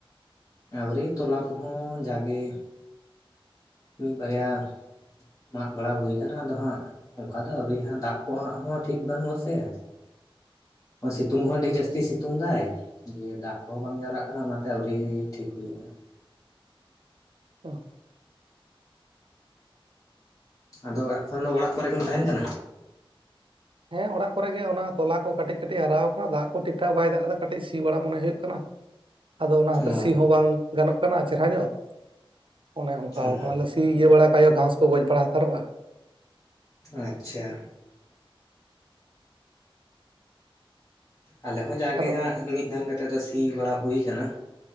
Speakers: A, on the left; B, on the right.
A: ᱟᱹᱣᱨᱤ ᱛᱚᱞᱟ ᱠᱚᱦᱚᱸ ᱡᱟᱜᱮ ᱢᱤᱫ ᱵᱟᱨᱭᱟ ᱢᱟᱜ ᱵᱟᱲᱟ ᱦᱩᱭ ᱠᱟᱱᱟ ᱟᱫᱚ ᱦᱟᱸᱜ ᱚᱱᱠᱟ ᱫᱚ ᱟᱹᱣᱨᱤ ᱦᱟᱸᱜ ᱫᱟᱜ ᱠᱚᱜ ᱦᱚᱸ ᱴᱷᱤᱠ ᱵᱟᱹᱱᱩᱜ-ᱟ ᱥᱮ ᱾ ᱚᱱᱟ ᱥᱤᱛᱩᱝ ᱦᱚᱸ ᱟᱹᱰᱤ ᱡᱟᱹᱥᱛᱤ ᱥᱤᱛᱩᱝ ᱫᱟᱭ᱾ ᱫᱤᱭᱮ ᱫᱟᱜ ᱠᱚᱦᱚᱸ ᱵᱟᱝ ᱡᱟᱣᱨᱟᱜ ᱠᱟᱱᱟ ᱚᱱᱟᱛᱮ ᱟᱹᱣᱨᱤ ᱴᱷᱤᱠ ᱦᱩᱭᱩᱜᱼᱟ ᱦᱟᱸᱜ᱾
B: ᱚᱜᱦ᱾
A: ᱟᱫᱚ ᱮᱠᱷᱚᱱ ᱫᱚ ᱚᱲᱟᱜ ᱠᱚᱨᱮ ᱜᱮᱢ ᱛᱟᱸᱦᱮᱱ ᱠᱟᱱᱟ?
B: ᱦᱮᱸ ᱚᱲᱟᱜ ᱠᱚᱨᱮᱜᱮ ᱚᱱᱟ ᱛᱚᱞᱟ ᱠᱚ ᱠᱟᱹᱴᱤᱡ ᱠᱟᱹᱴᱤᱡ ᱦᱟᱨᱟᱣ ᱠᱟᱱᱟ ᱫᱟᱜ ᱠᱚ ᱴᱷᱤᱠ ᱴᱷᱟᱠ ᱵᱟᱭ ᱫᱟᱜ ᱮᱫᱟ ᱠᱟᱴᱤᱡ ᱥᱤ ᱵᱟᱲᱟ ᱢᱚᱱᱮ ᱦᱩᱭᱩᱜ ᱠᱟᱱᱟ᱾ ᱟᱫᱚ ᱚᱱᱟ ᱠᱷᱟᱛᱤᱨ
A: ᱚ
B: ᱥᱤ ᱦᱚᱸ ᱵᱟᱝ ᱜᱟᱱᱚᱜ ᱠᱟᱱᱟ ᱪᱮᱨᱦᱟ ᱧᱚᱜ᱾ ᱚᱱᱮ ᱚᱱᱠᱟ
A: ᱚ
B: ᱠᱟᱱᱟ ᱞᱮ ᱥᱤ ᱤᱭᱟᱹ ᱵᱟᱲᱟ ᱠᱷᱟᱭ ᱜᱷᱟᱥ ᱠᱚ ᱜᱚᱡ ᱵᱟᱲᱟ ᱦᱟᱛᱟᱨᱚᱜᱼᱟ᱾
A: ᱟᱪᱪᱷᱟ᱾ ᱟᱞᱮ ᱦᱚᱸ ᱡᱟᱜᱮ
B: ᱟᱨ
A: ᱦᱟᱸᱜ ᱢᱤᱫ ᱫᱷᱟᱱ ᱠᱟᱛᱮᱜ ᱫᱚ ᱥᱤ ᱵᱟᱲᱟ ᱦᱩᱭ ᱠᱟᱱᱟ᱾